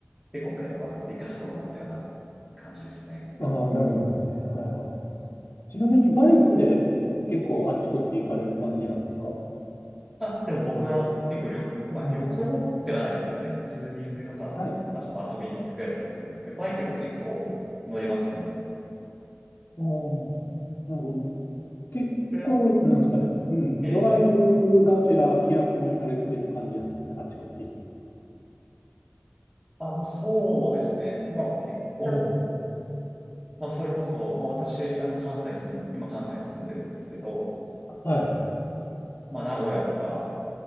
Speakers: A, in the centre; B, on the left.
A: で、今回は、まあ行かせてもらったような感じですね。
B: ああ、なるほどですね。はいはい。ちなみにバイクで結構あっちこっち行かれる感じなんですか
A: あ、でも僕は結構旅、まあ旅行ではないですけどね。
B: うん。
A: ツーリングとか、
B: はい。
A: まあちょっと遊びに行くぐらいの感覚ですけど、バイクでも結構乗りますね。
B: あ、あーなるほど。結構、
A: これは、
B: なんですかね。うん。
A: ええ、
B: ドライブがてら気楽に行かれている感じなんですかね。あちこちに。
A: あ、まあそうですね。まあ結構、
B: うん。
A: まあそれこそ、まあ私、あの関西に住ん、今関西に住んでるんですけど、
B: はい。
A: まあ名古屋とか、